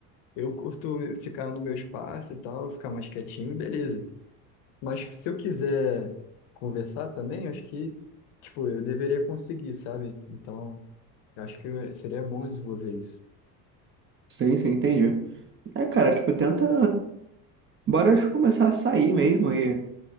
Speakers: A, on the left; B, on the right.
A: eu curto me- ficar no meu espaço e tal, ficar mais quietinho, beleza. Mas se eu quiser conversar também, acho que, tipo, eu deveria conseguir, sabe? Então, eu acho que seria bom desenvolver isso.
B: Sim, sim, entendi. É, cara, tipo, tenta. Bora começar a sair mesmo e,